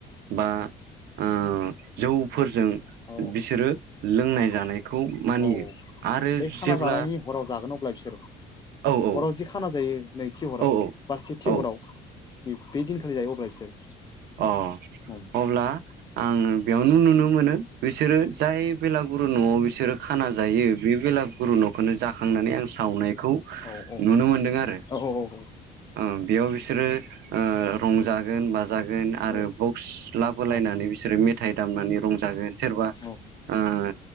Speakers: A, on the right (about 70°); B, on the left (about 25°).
A: बा उम जौफोरजों
B: औ
A: बिसोरो लोंनाय
B: औ
A: जानायखौ मानियो
B: औ
A: आरो
B: बे खाना
A: जेब्ला
B: जानायनि हराव जागोन अब्ला बिसोर
A: औ औ
B: हराव जि खाना जायो नैथि हराव
A: औ
B: बा सेथि
A: औ औ
B: हराव बे दिनखा जायो अब्ला बिसोर
A: अ
B: उम
A: अब्ला आङो बेयावनो नुनो मोनो बिसोरो जाय बेलागुरु न'आव बिसोरो खाना जायो बे बेला गुरु न'खौनो जाखांनानै आं सावनायखौ
B: औ औ
A: नुनो मोनदों आरो
B: औ औ औ
A: ओ बेयाव बिसोरो ओ रंजागोन बाजा जागोन आरो
B: औ
A: बक्स लाबो लायनानै
B: औ
A: बिसोरो मेथाइ दामनानै रंजागोन सोरबा
B: औ
A: उम